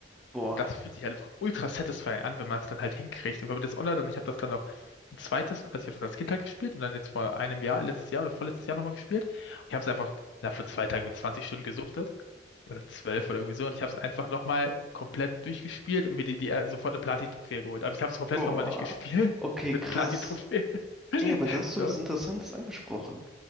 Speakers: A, in the centre; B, on the left (about 75°).
A: Boah,
B: Und das fühlt sich halt einfach ultra satisfying an, wenn man es dann halt hinkriegt. Und wenn man das online dann, ich habe das dann auch ein zweites, also ich habe das als Kind halt gespielt und dann jetzt vor einem Jahr, letztes Jahr oder vorletztes Jahr nochmal gespielt. Und ich habe es einfach ich habe für zwei Tage wie 20 Stunden gesuchtet oder zwölf oder irgendwie so. Und ich habe es einfach nochmal komplett durchgespielt und mir die, die äh, sofort eine Platin-Trophäe geholt. Aber ich habe es komplett
A: boah.
B: nochmal durchgespielt
A: Okay,
B: <laughs> mit
A: krass.
B: Platin-Trophäe. <laughs>
A: Ey, aber da hast du
B: So.
A: was Interessantes angesprochen.